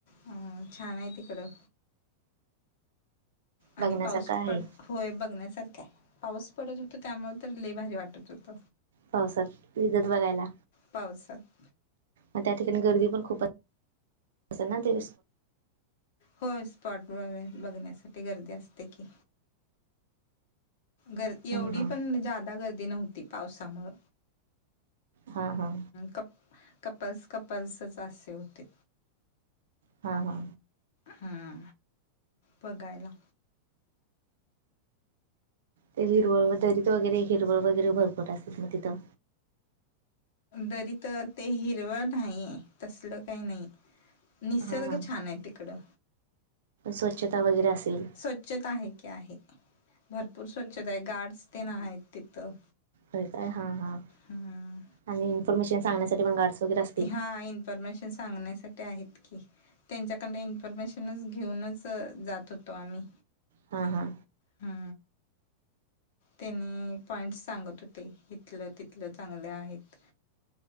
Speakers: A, on the left; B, on the right.
A: अ छान आहे तिकडं आणि
B: बघण्यासारखं
A: पाऊस
B: आहे
A: पड होय बघण्यासारखा आहे पाऊस पडत होत त्यामु तर लले भारीी वाटत होत
B: पावसात विदत बघायला
A: पावसात
B: मग त्या ठिकाणी गर्दी पण खूप अस ना ते
A: होय स्पॉट व बघण्यासाठी गर्दी असते की गर् एवढी
B: हां हां
A: पण जादा गर्दी नव्हती पावसामुळ
B: हा हा
A: कप कपल्स कपल्सच असे होते
B: हा हा
A: हा.... बघायला.
B: ते हिरवळ- दरित वगैरे हिरवळ वगैरे भरपूर असत्यात मग तिथं.
A: दरीत ते हिरवळ नाहीये तसलं काही नाही. निसर्ग
B: हा हा
A: छान आहे तिकडं.
B: स्वच्छता वगैरे असेल?
A: स्वच्छता आहे की आहे भरपूर स्वच्छता आहे गार्ड्स तेना आहेत तिथं.
B: होय काय हां -हां
A: हां
B: आणि इन्फॉर्मेशन सांगण्यासाठी मग गार्ड्स? वगैरे असतील
A: हा इन्फॉर्मेशन सांगण्यासाठी आहेत की. त्यांच्याकडन इन्फॉर्मेशनच घेऊनच जात होतो आम्ही.
B: हा- हा.
A: हा.... तेनी पॉइंट्स सांगत होते इिथलं -तिथलं चांगले आहेत.